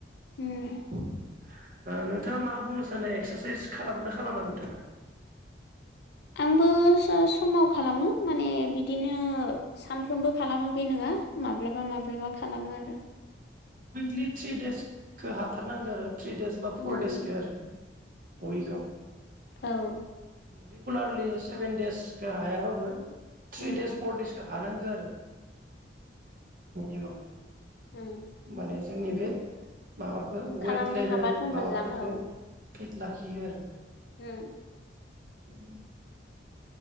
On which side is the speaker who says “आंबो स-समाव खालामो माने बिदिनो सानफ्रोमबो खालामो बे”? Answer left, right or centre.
Left